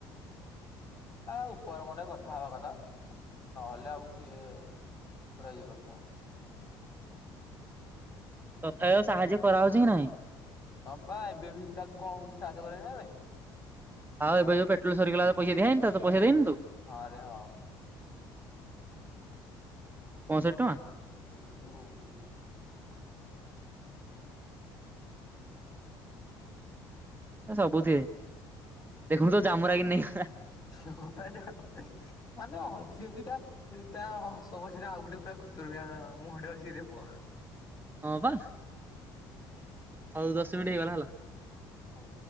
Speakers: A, on the left; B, on the right.
A: ଆ ଉପର ମନେ କଥାହବା କଥା ନହେଲେ ଆଉ କିଏ ପୁରା ଇଏ କଥା
B: ତଥା ୟ ସାହାଯ୍ୟ କରାହଉଛି କି ନାଇଁ?
A: ହଁପା ଏବେବି ତାକୁ କଣ ଗୋଟେ ସାହାଯ୍ୟ। <unintelligible>
B: ଆଉ ଏବେ ଯଉ ପେଟ୍ରୋଲ ସରିଗଲା ପଇସା ଦିଆହେଇନିତ ପଇସା ଦେଇନୁ ତୁ ତାକୁ
A: ହଁରେ ହଁ
B: ପଅଷୋଠି ଟଙ୍କା।
A: <unintelligible>
B: ଏ ସବୁଥିରେ ଦେଖୁନୁ ତୋ ଜାମୁରା କେମିତି ନେଇଗଲା।
A: <unintelligible> ମାନେ ହସି ହସିକା ତା ହସ ପଛରେ ଆଉ ଗୋଟେ ପୁରା ଖୁତୁୁରୁମିଆଁ ମୁହଁଟେ ଅଛି ରେ ପୁଅ।
B: ହଁପା ହଉ ଦଶ ମିନିଟ ହେଇଗଲା ହେଲା
A: ହଉ